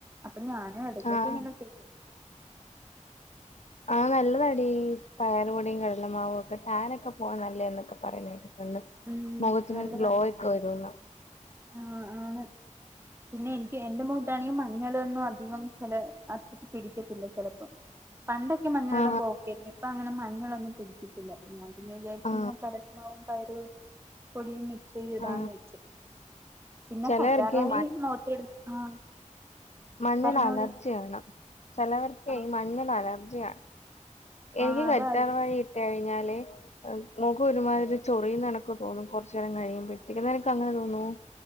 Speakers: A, on the right; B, on the left.
A: അപ്പൊ ഞാനും എടക്കൊക്കെ
B: ആഹ്
A: ഇങ്ങനെ ചെയ്യും
B: ആഹ് നല്ല താഡീ പയർപൊടിയും കടലമാവും ഒക്കെ ടാൻനൊക്കെ പോവാൻ നല്ലാന്ന്ക്കെ പറയ്ന്നേ കേട്ട് <unintelligible>
A: ഉം
B: മൊഖത്തിനൊര്
A: നല്ലതാണ്
B: ഗ്ലോ ഒക്കെ വെരുന്ന്
A: ആഹ് ആണ് പിന്നെ എനിക്ക് എന്റെ മൊഖാത്തണാങ്കി മഞ്ഞളൊന്നും അധികം ചെല അത്രക്ക് പിടിക്ക്യാത്തില്ല ചെലപ്പോ പണ്ടൊക്കെ മഞ്ഞള്
B: ആ
A: ഇട്മ്പോ ഓക്കെ ആര്ന്ന് ഇ ഇപ്പൊ അങ്ങനെ മഞ്ഞളൊന്നും പിടിക്ക്യിത്തില്ല അപ്പം ഞാൻ പിന്നെ വിജാരിച്ച്
B: ആ
A: കടലാ മാവും പയറുപൊ പൊടിയും മിക്സെയ്ത് ഇടാന്ന്
B: ആ
A: വെച്ച് പിന്നെ
B: ചിലവർക്ക്
A: കറ്റാർ വാഴെമ്
B: ഈ
A: മോഖത്ത് ഇടും ആഹ്
B: മഞ്ഞള്
A: പറഞ്ഞോടി
B: അലർജിയാണ് ചെലവർക്കേ
A: ആഹ്
B: ഈ മഞ്ഞള് അലർജിയാ എനിക്ക്
A: ആഹ് അതായിരിക്കും
B: കറ്റാർവാഴ ഇട്ട് കയിഞ്ഞാല് ഉം മൊഖം ഒര് മാതിരി ചൊറിയ്ന്ന കണക്ക് തോന്നും കൊറച്ച് നേരം കഴിയുമ്പോത്തേക്ക് നിനക്ക് അങ്ങനെ തോന്നോ